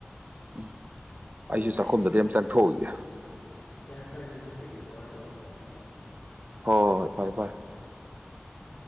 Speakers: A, on the right; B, on the left.
A: ꯎꯝ
B: ꯍꯣꯏ
A: ꯑꯩꯁꯨ ꯆꯥꯛꯈꯨꯝꯗꯗꯤ ꯑꯃ ꯆꯪꯊꯣꯛꯈꯤꯒꯦ
B: ꯎꯝ ꯐꯔꯦ ꯐꯔꯦ ꯅꯪꯁꯨ ꯀꯩ ꯆꯠꯊꯣꯛꯑꯒ ꯇꯧꯔꯛꯑꯣ ꯊꯝꯃꯒꯦ
A: ꯍꯣꯏ ꯍꯣꯏ ꯐꯔꯦ ꯐꯔꯦ
B: ꯎꯝ